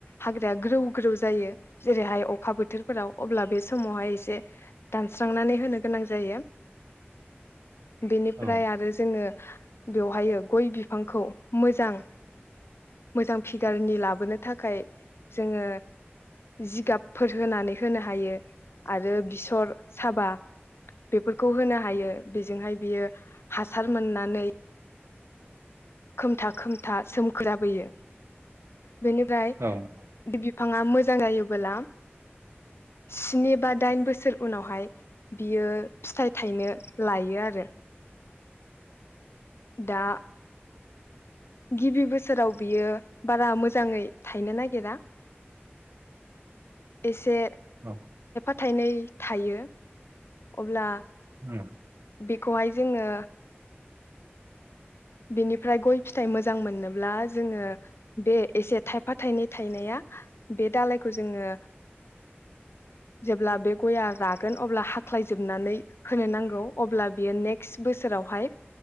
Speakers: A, on the left; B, on the right.
A: हाग्राया ग्रौ ग्रौ जायो जेरैहाय अखा बोथोरफोराव अब्ला बे समावहाय एसे दानस्रांनानै होनो गोनां जायो। बेनिफ्राय
B: औ
A: आरो जोङो बेवहायो गय बिफांखौ मोजां मोजां फिगारनि लाबोनो थाखाय जोङो जिगाबफोर होनानै होनो हायो आरो बेसर साबा बेफोरखौ होनो हा हायो बिजोंहाय बियो हासार मोननानै खोमथा खोमथा सोमखोराबोयो। बेनिफ्राय
B: औ औ
A: बिफाङा मोजां जायोबोला स्नि बा दाइन बोसोर उनावहाय बियो फिथाइ थायनो लायो आरो। दा गिबि बोसोराव बियो बारा मोजाङै थायनो नागिरा एसे
B: औ
A: थायनै थायो। अब्ला
B: उम।
A: बेखौहाय जोङो बेनिफ्राय गय फिथाइ मोजां मोननोब्ला जोङो बे एसे थायफा थायनै थायनाया बे दालायखौ जोङो जेब्ला बे गय‌आ रागोन अब्ला हाख्लायजोबनानै होनो नांगौ अब्ला बियो नेक्स्ट बोसोरावहाय